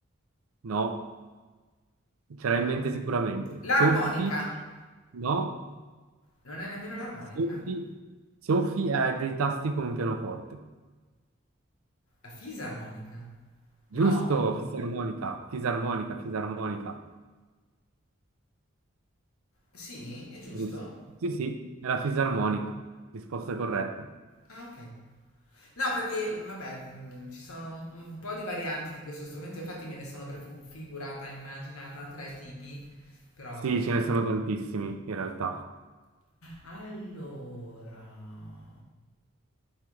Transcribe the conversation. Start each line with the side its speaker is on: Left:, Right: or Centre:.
Right: No, ce l'hai in
Left: No.
Right: mente sicuramente.
Left: L'armonica?
Right: Soffi, no,
Left: Non è nemmeno l'armonica?
Right: soffi, soffi e ha dei tasti come un pianoforte.
Left: La fisarmonica?
Right: Giusto,
Left: No?
Right: fisarmonica, fisarmonica, fisarmonica.
Left: Sì, è giusto?
Right: Giusto. Sì, sì, è la fisarmonica. Risposta corretta.
Left: Ah, ok. No, perché vabbè, mh, ci sono un po' di varianti di questo strumento, infatti me ne sono prefigurata, immaginata tre tipi, però
Right: Sì,
Left: vabbè.
Right: ce ne sono tantissimi in realtà.
Left: Allora.